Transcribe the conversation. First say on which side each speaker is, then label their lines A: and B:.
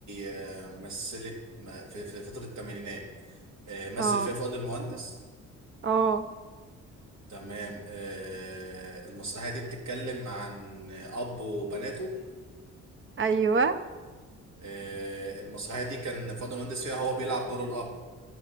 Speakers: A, on the right; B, on the right.
A: آه مثلت ما- في في فترة الثمانينات آه، مثل
B: اه
A: فيها فؤاد المهندس
B: اه
A: تمام آه، المسرحية دي بتتكلم عن أب وبناته
B: ايوه
A: آه، المسرحية دي كان فؤاد المهندس فيها هو بيلعب دور الأب